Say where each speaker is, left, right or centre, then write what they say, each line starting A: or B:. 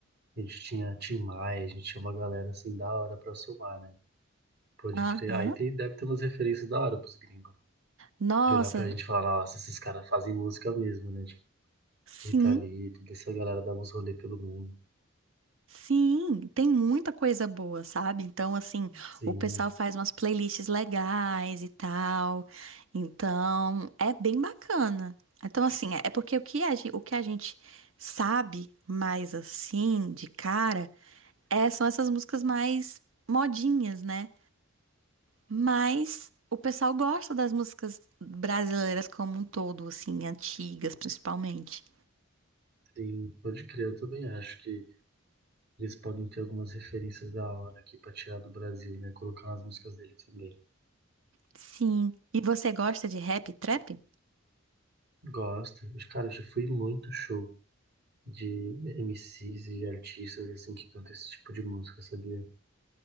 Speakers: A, on the right; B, on the right.
A: A gente tinha Tim Maia, a gente tinha uma galera assim da hora pra somar, né? Pode
B: Aham.
A: crer. Aí tem, deve ter umas referências da hora pros gringos.
B: Nossa,
A: De olhar pra gente e falar, nossa, esses caras fazem música mesmo, né? Tipo,
B: sim,
A: Rita Lee, toda essa galera dava uns rolê pelo mundo.
B: sim, tem muita coisa boa, sabe? Então, assim,
A: Sim,
B: o pessoal faz umas playlists legais e tal. Então, é bem bacana. Então, assim, é é porque o que a gente, o que a gente sabe mais assim, de cara, é, são essas músicas mais modinhas, né? Mas o pessoal gosta das músicas brasileiras como um todo, assim, antigas principalmente.
A: sim, pode crer. Eu também acho que eles podem ter algumas referências da hora aqui pra tirar do Brasil, né? Colocar nas músicas deles também.
B: Sim. E você gosta de rap e trap?
A: Gosto. Cara, eu já fui em muito show. de MCs e artistas assim que cantam esse tipo de música, sabia?